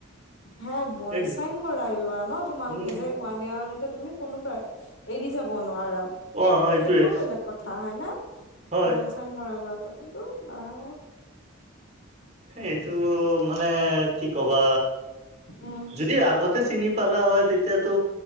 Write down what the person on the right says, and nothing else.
এই
উম
অ এইটোয়ে
হয়
এইটো মানে কি কবা
যদি আগত চিনি পালা হয় তেতিয়াতো